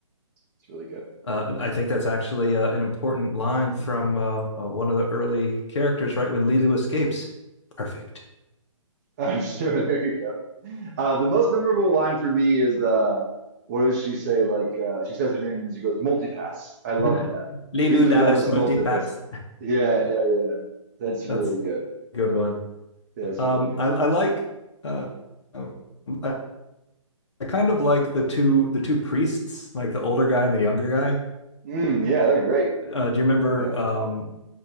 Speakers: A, on the right; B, on the left.
A: It's really good.
B: uh, I think that's actually uh, an important line from uh, uh, one of the early characters, right when Lilu escapes. Perfect.
A: Oh, <laughs> sure. There you go. Uh, the most memorable line for me is uh, what does she say? Like uh, she says her name and she goes multipass. I love
B: <laughs>
A: that.
B: Lilu
A: Lilu
B: Dallas
A: Dallas
B: multipass.
A: multipass. Yeah, yeah, yeah. That's really
B: That's
A: good.
B: a good one.
A: That's
B: Um,
A: really good.
B: I, I like. Uh, um, I, I kind of like the two the two priests, like the older guy and the younger guy.
A: Mm, yeah, they're great.
B: Uh, do you remember
A: Yeah.
B: um,